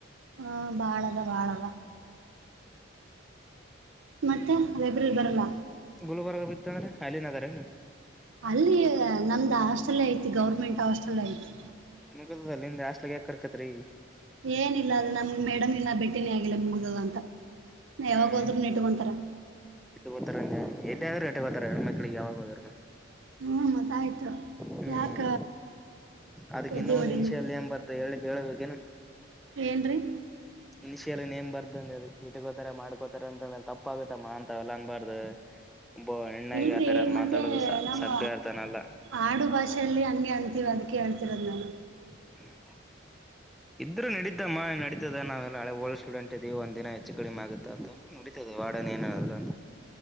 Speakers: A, on the right (about 75°); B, in the centre.
A: ಹಾ ಬಾಳದ ಬಾಳದ. ಮತ್ತೆ ಲೈಬ್ರರಿ ಬರಲ್ಲ.
B: ಗುಲ್ಬರ್ಗ ಬಿತ್ತ ಅಂದ್ರ ಅಲ್ಲಿನು ಆದರೇನು.
A: ಅಲ್ಲಿ ನಮ್ದ್ ಹಾಸ್ಟೆಲ್ ಐತಿ ಗೌರ್ಮೆಂಟ್ ಹಾಸ್ಟೆಲ್ ಐತಿ.
B: ಮುಗ್ದದಲ ನಿಂದ ಹಾಸ್ಟೆಲಾಗ ಯಾಕ್ ಕರ್ಕಾತರ ಈಗ.
A: ಏನಿಲ್ಲ ಅದು ನಮಗ ಮೇಡಮ್ ಇನ್ನ ಬೇಟಿನೇ ಆಗಿಲ್ಲ ಮುಗಿದದ ಅಂತ. ನಾ
B: ಹ್ಮ್
A: ಯಾವಾಗ್ ಹೋದ್ರುನು ಇಟ್ಕೊಂತಾರ
B: ಇಟ್ಗೋತರ ಅಂದೆ ಎಲ್ಲಾದ್ರೂ ಇಟ್ಗೋತರ ಹೆಣ್ಮಕ್ಳಿಗೆ ಯಾವಾಗೋದ್ರೂನು.
A: ಹ್ಞ ಮತ್ತ ಆಯ್ತು
B: ಹ್ಮ್
A: ಯಾಕ
B: ಅದಕ್
A: ಏದೀ
B: ಇನ್ನೊಂದು
A: ಹೊಡಿಲಿ.
B: ಇನ್ಷಿಯಲ್ <unintelligible>
A: ಏನ್ರೀ.
B: ಇನಿಶಿಯಲ್ ನೇಮ್ ಬರ್ದ ಅಂದ ಇಟ್ಕೋತಾರೆ ಮಾಡ್ಕೋತಾರೆ ಅಂತಂದ್ರೆ ತಪ್ಪ ಆಗುತ್ತಮ್ಮ ಅಂತವಲ್ಲ ಅನ್ಬಾರ್ದು.
A: <inaudible>
B: ಒಬ್ಬ ಹೆಣ್ಣಾಗಿ
A: ಇಲ್ರಿ
B: ಆತರ
A: ಮತ್ತೆ
B: ಮಾತಾಡೋದು ಸ
A: ನಮ್ಮ
B: ಸಭ್ಯ ಆರ್ತಾನಲ್ಲ.
A: ಆಡು ಭಾಷೆಯಲ್ಲಿ ಹಂಗೆ ಅಂತೀವಿ ಅದಿಕ್ಕೆ ಹೇಳ್ತಿರೋದು ನಾನು.
B: <inaudible> ಇದ್ರು ನಡೀತಮ ನಡಿತದ ನಾವೆಲ್ಲ ಹಳೆ ಓಲ್ಡ್ ಸ್ಟೂಡೆಂಟ್ ಇದ್ದೀವಿ ಒಂದ ದಿನ ಹೆಚ್ಚು ಕಡಿಮೆ ಆಗುತ್ತ ಅಂತ ನಡೀತದ ವಾರ್ಡನ್ ಏನಾದ್ರೂ ಅಂತ.